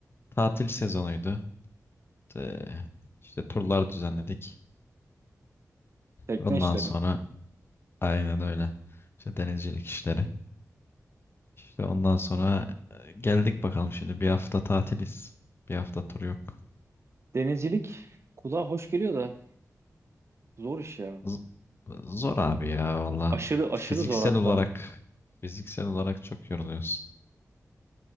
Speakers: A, on the left; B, on the right.
A: tatil sezonuydu. E, işte turlar düzenledik.
B: Tekne
A: Ondan
B: işleri.
A: sonra aynen öyle. İşte denizcilik işleri. İşte ondan sonra e, geldik bakalım şimdi bir hafta tatiliz. Bir hafta tur yok.
B: Denizcilik kulağa hoş geliyor da zor iş ya.
A: Z- Zor abi ya valla.
B: Aşırı aşırı
A: Fiziksel
B: zor hatta.
A: olarak fiziksel olarak çok yoruluyorsun.